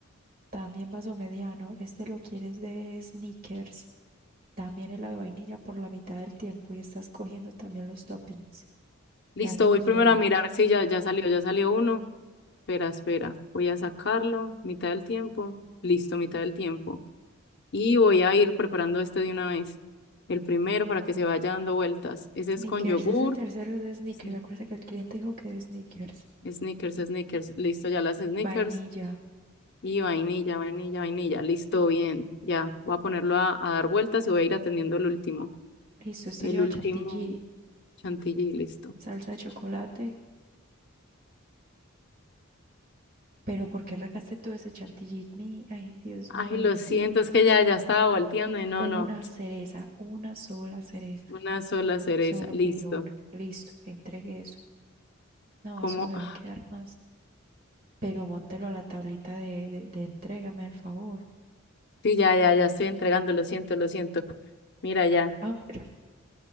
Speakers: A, on the right (about 45°); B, on the left (about 55°).
A: también vaso mediano. Este lo quieres de sneakers. También el de vainilla por la mitad del tiempo. Y estás cogiendo también los toppings.
B: Listo,
A: Ya se los
B: voy primero
A: llevo.
B: a mirar. Sí, ya, ya salió, ya salió uno. Espera, espera. Voy a sacarlo. Mitad del tiempo. Listo, mitad del tiempo. Y voy a ir preparando este de una vez. El primero para que se vaya dando vueltas. Ese
A: Sneakers,
B: es con yogur.
A: ese tercero es de sneakers.
B: Sni-
A: Acuérdate que el cliente dijo que de sneakers.
B: Snickers, Snickers. Listo, ya las Snickers.
A: Vainilla.
B: Y vainilla, vainilla, vainilla. Listo, bien. Ya, voy a ponerlo a, a dar vueltas y voy a ir atendiendo el último.
A: Listo, esto
B: El
A: lleva
B: último
A: chantilly,
B: chantilly, listo.
A: salsa de chocolate. Pero ¿por qué regaste todo ese chantilly? Ni- Ay, Dios
B: Ay,
A: mío, bendito.
B: lo siento, es que ya, ya estaba volteando y no,
A: Una
B: no.
A: cereza, una sola cereza.
B: Una sola cereza,
A: Solo
B: listo.
A: pidió una. Listo, entregue eso. No,
B: ¿Cómo?
A: eso le
B: Ah,
A: va a quedar más. Pero móntelo a la tablita de, de, de entrégame al favor.
B: Sí, ya, ya, ya estoy entregando, lo siento, lo siento. Mira ya.
A: Ah, pero